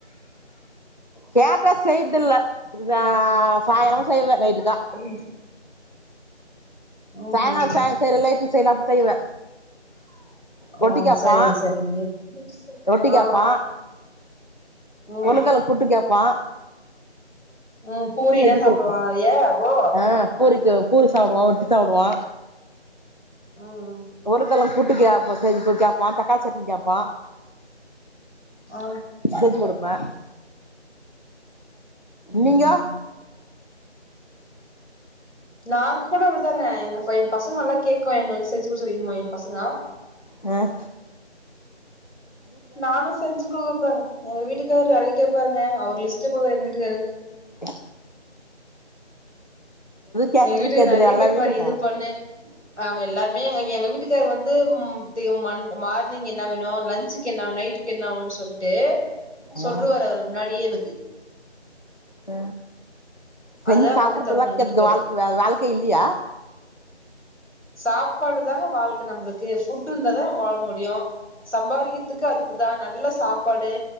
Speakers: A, on the left (about 40°); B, on the left (about 80°).
A: கேப்பா செயற்தில்ல முடிஞ்சா சாயாலமா செய்வே நைட்டுக்கா
B: ஓகே மேடம் ம்ஹும்
A: தேங்கா சாத சேர் <unintelligible> செய்லா அப்டின் செய்வே ரொட்டி
B: ஆ
A: கேப்பா
B: சரிங்க சரிங்க
A: ரொட்டி
B: ஆ
A: கேப்பா
B: ம்
A: கொண்டக்கட்ல புட்டு கேப்பா
B: ம் பூரிதா
A: செஞ்சு
B: சாப்டுவானா
A: குடுப்பே
B: நெறையா அப்போ
A: ஆ பூரிக்கு பூரி சாப்டுவா ரொட்டி சாப்டுவா
B: ம் ம்
A: ஒரு கல்ல புட்டு கேப்பா செஞ்சு கேப்பா தக்காளி சட்னி கேப்பா
B: ஆ
A: செஞ்சு குடுப்பே
B: ம்
A: நீங்க
B: ம் நாங்க கூட அப்டிதாங்க எங்க பைய எ பசங்கலா கேக்வா எங்களுக்கு செஞ்சுக்குடுக் சொல்றீங்மா எ பசங்களா
A: அ
B: நானு செஞ்சு குடுப்பேங் எங்க வீட்டுக்காரு நெறைய கேப்பாருங்க அவரு லிஸ்ட்டு போடுவாரு எங்க வீட்டுக்காரு
A: ஆஹ கேக்கறதுன்னு
B: எங்க வீட்டுக்காரு
A: தெர்ல
B: நறைய
A: எல்லாமே
B: கேப்பாரு
A: கேப்பாரா
B: இது பண்ணு ஆமா எல்லாருமே எங்க எங்க வீட்டுக்காரு வந்து தே மண்ட் மார்னிங் என்னா வேணும் லஞ்சுக்கு என்னா நைட் என்னாவுன்னு சொல்ட்டு
A: ஆ
B: சொல்ருவாரு அவரு முன்னாடியே எனக்கு
A: ஹ சென்
B: அதுதா
A: சாப்பட்றதுல்லா
B: பண்ணி தரணு எங்க
A: கெத்து
B: வீட்டுக்காருக்கு
A: வால் வாழ்க்கை இல்லியா
B: சாப்பாடுதாங்க வாழ்க்க நம்ளுக்கு ஃபுட் இருந்தாதா நம்ம வாழ முடியும் சம்பாரிக்கிதுக்கு அதுக்குதா நல்ல சாப்பாடு